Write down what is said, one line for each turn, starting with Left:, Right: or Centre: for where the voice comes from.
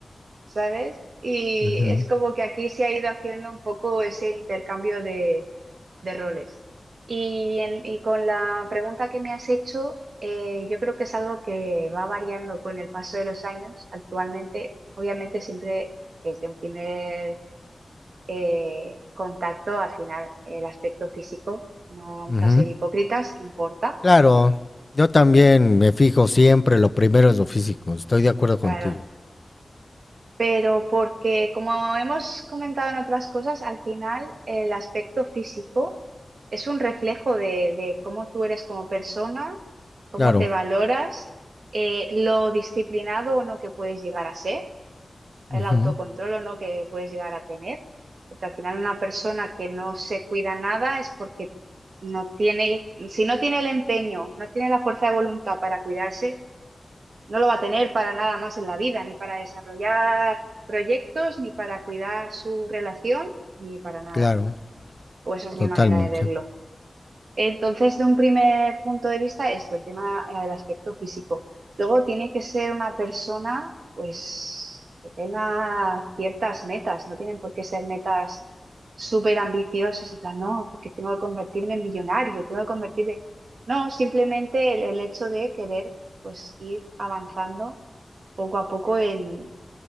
Right: ¿sabes? Y
Left: Ujú,
Right: es como que aquí se ha ido haciendo un poco ese intercambio de, de roles. Y, en- y con la pregunta que me has hecho, eh, yo creo que es algo que va variando con el paso de los años. Actualmente, obviamente, siempre desde un primer eh, contacto, al final, el aspecto físico, no vamos
Left: ujú.
Right: a ser hipócritas, importa.
Left: Claro, yo también me fijo siempre, lo primero es lo físico, estoy de acuerdo contigo.
Right: Claro, pero porque, como hemos comentado en otras cosas, al final el aspecto físico es un reflejo de, de cómo tú eres como persona, cómo
Left: Claro,
Right: te valoras, eh, lo disciplinado o no que puedes llegar a ser, el
Left: ujú,
Right: autocontrol o no que puedes llegar a tener, porque al final una persona que no se cuida nada es porque no tiene, si no tiene el empeño, no tiene la fuerza de voluntad para cuidarse, no lo va a tener para nada más en la vida, ni para desarrollar proyectos, ni para cuidar su relación, ni para nada.
Left: claro,
Right: O esa es mi
Left: totalmente.
Right: manera de verlo. Entonces, de un primer punto de vista, esto, el tema eh, del aspecto físico. Luego tiene que ser una persona, pues, que tenga ciertas metas, no tienen por qué ser metas súper ambiciosas, en plan, no, porque tengo que convertirme en millonario, tengo que convertirme... No, simplemente el, el hecho de querer, pues, ir avanzando poco a poco en,